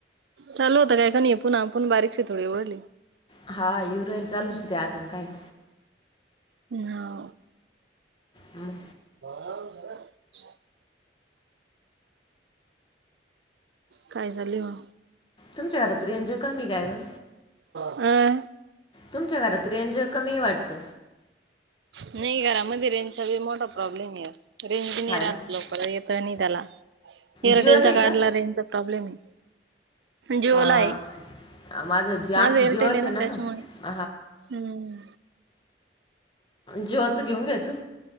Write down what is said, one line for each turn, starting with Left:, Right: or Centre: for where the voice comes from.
Right: चालू होता काय? हे ये पण आपण बारीकशी थोडी ओरडली.
Left: हा येवून राहिली चालूच होते अजून काही
Right: ह आव
Left: मग
Right: पंधरा वर्ष झालं? <unintelligible> काय झाले म?
Left: तुमच्या घरात रेंज कमी काय गं?
Right: आ
Left: तुमच्या घरात रेंज कमी वाटत.
Right: नाही घरामध्ये रेंजचा बी मोठा प्रॉब्लेम आहे रेंज नाही
Left: हाय
Right: राहत
Left: ना
Right: <unintelligible> नाही त्याला एअरटेल
Left: जिओ नाही
Right: च्या कार्ड
Left: का
Right: ला रेंजचा प्रॉब्लेम आहे. जेवला
Left: हां
Right: आहे.
Left: जिओ
Right: माझं
Left: आमची
Right: एयरटेल
Left: जिओच
Right: आहे ना त्याच्यामुळे
Left: मग
Right: <inaudible> हम्म.
Left: जिवाचं घेऊन घ्यायचं?